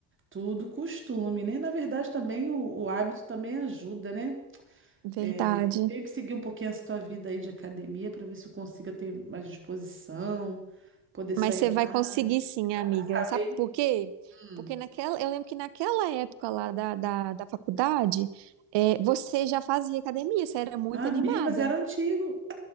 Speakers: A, on the right; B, on the right.
A: Tudo costume, né? Na verdade, também o, o hábito também ajuda, né?
B: Verdade.
A: É, eu tenho que seguir um pouquinho essa tua vida aí de academia para ver se eu consigo ter mais disposição, poder sair
B: Mas você
A: mais.
B: vai conseguir sim,
A: Porque Tá
B: amiga.
A: brabo,
B: Sabe
A: hein?
B: por quê?
A: Hum.
B: Porque naquela, eu lembro que naquela época lá da, da, da faculdade, é, você já fazia academia, você era muito
A: Amigo,
B: animada.
A: mas era antigo.